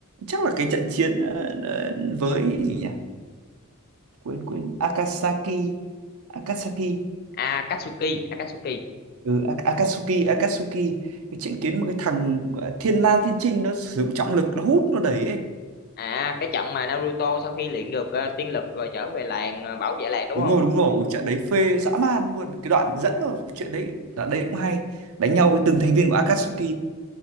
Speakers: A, on the right (about 65°); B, on the left (about 45°).
A: chắc là cái trận chiến ờ, ờ, với gì nhỉ quên quên Akasaki Akasaki
B: à Akatsuki Akatsuki
A: ừ, A- Akatsuki Akatsuki cái trận kiến một cái thằng gọi là Thiên La Thiên Trinh nó sử dụng trọng lực nó hút nó đẩy ấy
B: À, cái trận mà Naruto sau khi luyện được ờ, tiên lực rồi trở về làng ờ, bảo vệ làng đúng
A: đúng
B: không?
A: rồi đúng rồi Ủa, trận đấy phê dã man luôn cái đoạn dẫn vào chuyện đấy đoạn đấy cũng hay đánh nhau với từng thành viên của Akatsuki